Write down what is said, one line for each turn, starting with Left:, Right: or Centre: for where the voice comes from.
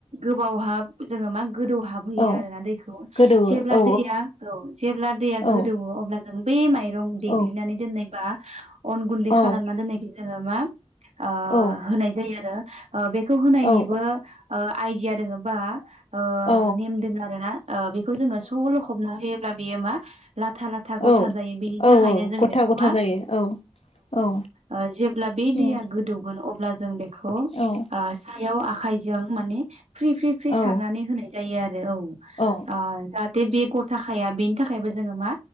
Right: गोबावहाब जोंङो मा गोदौहाब होयो
Left: औ
Right: आरोना दैखौ
Left: गोदौवो
Right: जेब्ला
Left: औ
Right: दैया औ जेब्ला दैया
Left: औ
Right: गोदौयो अब्ला जों बै माइरं देग्लिनानै
Left: औ
Right: दोननाय बा अन गुन्दै
Left: औ
Right: खालामना दोननायखो जोंङो मा ओ
Left: औ
Right: होनाय जायो आरो ओ बेखौ होनायनिबो
Left: औ
Right: ओ आइडिया दोङोबा ओ
Left: औ
Right: नेम दोंङो आरो ना ओ बेखौ जोंङो स लखबना होयोब्ला बेयो मा लाथा ला था गथा
Left: औ
Right: जायो बेनि थाखायनो
Left: औ
Right: जोऔङो
Left: गथा
Right: बेखौ
Left: गथा
Right: मा
Left: जायो औ औ
Right: ओ जेब्ला बे
Left: औ
Right: दैया गोदौगोन अब्ला जों बेखौ
Left: औ
Right: ओ सायाव आखाइजों माने फ्रि फ्रि फ्रि
Left: औ
Right: सारनानै होनाय जायो आरो औ
Left: औ
Right: ओ जाहाथे बे गथा खाया बे थाखायबो जोंङो मा